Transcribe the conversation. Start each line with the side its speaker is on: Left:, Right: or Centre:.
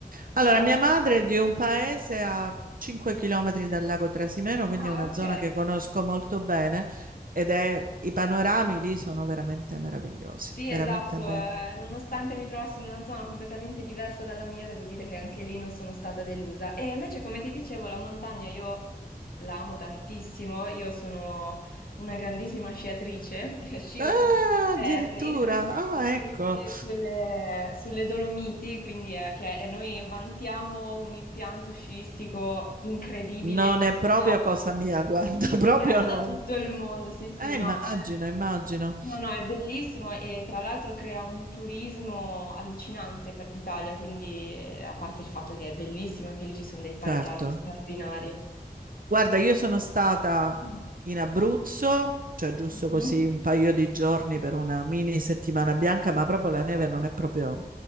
Right: Allora,
Left: che è...
Right: mia madre è di un paese a 5 km dal lago Trasimeno, quindi
Left: Ah,
Right: è una
Left: ok.
Right: zona che conosco molto bene ed è, i panorami lì sono veramente meravigliosi,
Left: Sì,
Right: veramente
Left: esatto,
Right: belli.
Left: eh, nonostante mi trovassi in una zona completamente diversa dalla mia, devo dire che anche lì non sono stata delusa. E invece, come ti dicevo, la montagna io la amo tantissimo, io sono una grandissima sciatrice, <laughs> scio
Right: Ah,
Left: tutti gli inverni.
Right: addirittura,
Left: <laughs>
Right: ah, ecco.
Left: Sì, sì, sulle, sulle Dolomiti, quindi eh, che e noi vantiamo un impianto sciistico incredibile,
Right: Non
Left: invidiato.
Right: è proprio cosa mia, guarda,
Left: Invidiato
Right: <laughs> proprio no.
Left: da tutto il mondo, sì, sì,
Right: Eh,
Left: no,
Right: immagino,
Left: è...
Right: immagino.
Left: no, no, è bellissimo e tra l'altro crea un turismo allucinante per l'Italia, quindi eh, a parte il fatto che è bellissimo, anche lì ci sono dei paesaggi
Right: Certo.
Left: straordinari.
Right: Guarda, io sono stata
Left: Mm.
Right: in Abruzzo, cioè giusto
Left: Mhm.
Right: così un paio di giorni per una mini settimana bianca, ma proprio la neve non è proprio